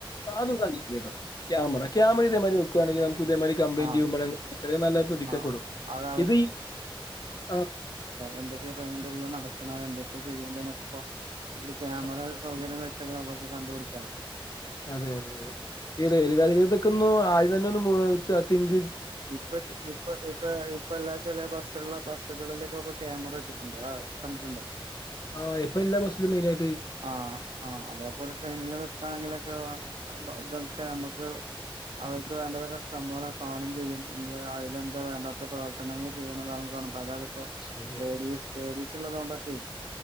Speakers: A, on the left; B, on the right.
A: ആ അതും സദിക്കാ കേട്ടോ ക്യാമറ ക്യാമ ഇതേ മാതിരി വെക്കുവാണെങ്കിൽ ന പുതിയ മാതിരി കംപ്ലൈന്റ്
B: ആഹ്
A: ചെയ്യുമ്പോഴ നല്ല പിക്കപ്പെടും
B: ആഹ് അത്
A: ഇത് ആ
B: എന്തൊക്കെയ ട്രയിന്റുള്ളിൽനടക്കണ എന്തൊക്കെ ചെയ്യണ്ടക്കപ്പോ ക്യാമറ
A: സത്യം.
B: സൗകര്യം വെച്ച് ദ് നമ്മക്ക്കണ്ടുപിടി ചാമതി
A: അതെ അതെ അതെ ഈ റെയിൽ വേധികതൊക്കെ ഒന്ന് ആദ്യം തന്നെ ഒന്ന്തിങ്
B: ഇപ്പ ഇപ്പ ഇപ്പ ഇപ്പ എല്ലാ ചെല ബസ്സു ബസ്സുകളിലൊക്കക്ക ക്യാമറ വെച്ച ണ്ട കണ്ടിട്ടണ്ടോ
A: ആ എപ്പം എല്ലാ ബസ്സിലും മെയിനയി
B: ആഹ് ആ അതേപോലെ ട്രെയിനില് വെക്കാണെങ്കിലൊക്കെ അ ഇതൊക്കെ നമ്മുക്ക് അവർക്ക് വേണ്ട തൊക്കെ ഷ്ടംമ്പോലെ കാണും ചെയ്യും എന്തെ അയിലെന്താ വേണ്ടാത്ത പ്രവർത്തനങ്ങൾ ചെയ്യണതാവും <unintelligible>
A: ശരിയാണ്.
B: ലേഡീസ് ലേഡീസ്ള്ളത് കൊണ്ടൊക്കെ